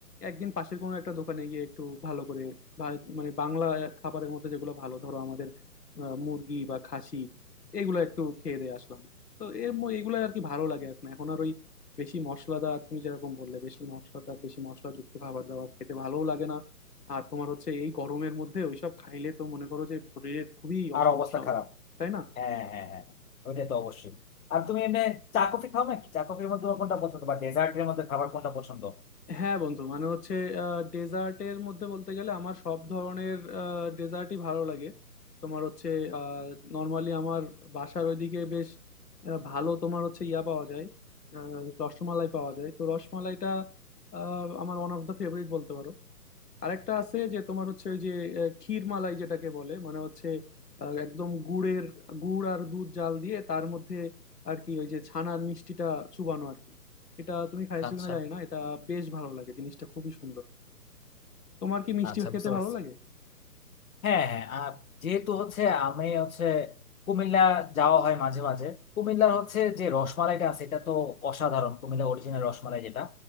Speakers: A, on the left (about 75°); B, on the left (about 60°).
A: একদিন পাশের কোনো একটা দোকানে গিয়ে একটু ভালো করে ভা- মানে বাংলা খাবারের মধ্যে যেগুলো ভালো ধরো আমাদের আহ, মুরগি বা খাসি এগুলো একটু খেয়ে দিয়ে আসলাম তো এর এগুলো আর কি ভালো লাগে এখন এখন আর ওই বেশি মশলাদার তুমি যেরকম বললে বেশি মশলাদার বেশি মশলাযুক্ত খাবার দাবার খেতে ভালোও লাগে না আর তোমার হচ্ছে এই গরমের মধ্যে ওইসব খাইলে তো মনে করো যে শরীরের খুবই
B: আর
A: সমস্যা
B: অবস্থা
A: হবে
B: খারাপ
A: তাই না
B: হ্যাঁ হ্যাঁ হ্যাঁ ওইটা তো অবশ্যই আর তুমি এমনি চা কফি খাও নাকি চা কফির মধ্যে তোমার কোনটা পছন্দ বা ডেজার্টের মধ্যে খাবার কোনটা পছন্দ
A: হ্যাঁ বন্ধু মানে হচ্ছে ডেজার্টের মধ্যে বলতে গেলে আমার সব ধরনের ডেজার্টই ভালো লাগে তোমার হচ্ছে নর্মালি আমার বাসার ওইদিকে বেশ আহ, ভালো তোমার হচ্ছে ইয়া পাওয়া যায় আহ, রসমালাই পাওয়া যায় তো রসমালাইটা আহ, আমার ওয়ান অফ দ্য ফেভারিট বলতে পারো আরেকটা আছে যে তোমার হচ্ছে ওই যে আহ, ক্ষীর মালাই যেটাকে বলে মানে হচ্ছে আহ, একদম গুড়ের গুড় আর দুধ জাল দিয়ে তার মধ্যে আর কি ওই যে ছানার মিষ্টিটা চুবানো আর কি এটা তুমি খাইছো
B: আচ্ছা
A: কিনা জানি না এটা বেশ ভালো লাগে জিনিসটা খুবই সুন্দর তোমার কি মিষ্টি
B: আচ্ছা
A: খেতে
B: বুঝতে পারছি
A: ভালো লাগে
B: হ্যাঁ হ্যাঁ আর যেহেতু হচ্ছে আমি হচ্ছে কুমিল্লা যাওয়া হয় মাঝে মাঝে কুমিল্লার হচ্ছে যে রসমালাইটা আছে এটা তো অসাধারণ কুমিল্লা অরিজিনাল রসমালাই যেটা